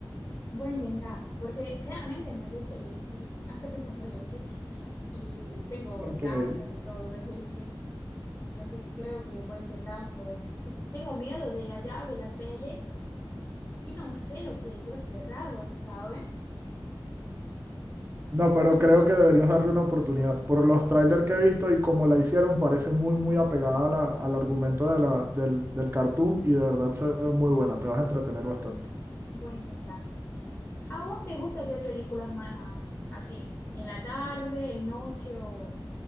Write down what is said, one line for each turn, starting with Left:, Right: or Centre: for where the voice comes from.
Left: Voy a intentar, porque realmente me gusta el Lilo Stitch, hasta tengo un peluche y tengo
Right: Ok.
Left: tazas y todo de Lilo Stitch. Entonces creo que voy a intentar, pues, tengo miedo de allá de la pele y no sé lo que yo esperaba, ¿sabes?
Right: No, pero creo que deberías darle una oportunidad. Por los trailers que he visto y como la hicieron, parece muy, muy apegada a la- al argumento de la, del, del cartoon y de verdad se ve muy buena. Te vas a entretener bastante.
Left: Voy a intentar. ¿A vos te gusta ver películas más así, en la tarde, en noche o